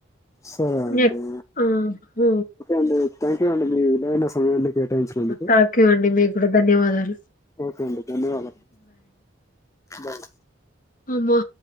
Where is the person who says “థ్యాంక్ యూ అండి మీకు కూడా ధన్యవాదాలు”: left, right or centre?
Left